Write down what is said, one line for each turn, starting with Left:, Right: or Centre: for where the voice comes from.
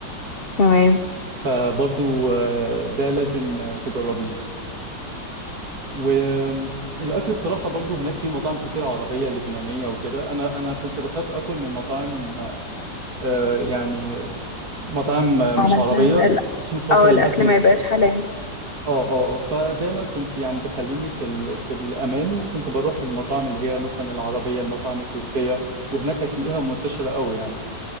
Left: تمام
Right: فبرضو آه، ده لازم آه، تجربيه والاكل الصراحه برضو هناك في مطاعم كتير عربيه لبنانيه وكده انا انا كنت بخاف اكل من مطاعم آه، يعني مطاعم آه،
Left: علشان
Right: مش عربيه
Left: ال...
Right: عشان خاطر
Left: اه الاكل
Right: الاكل ال-
Left: ما يبقاش حلال
Right: اه اه آه، فدايما كنت يعني بخليني في ال... في الامان وكنت بروح المطاعم اللي هي مثلا العربيه المطاعم التركيه وهناك هتلاقيها منتشره قوي يعني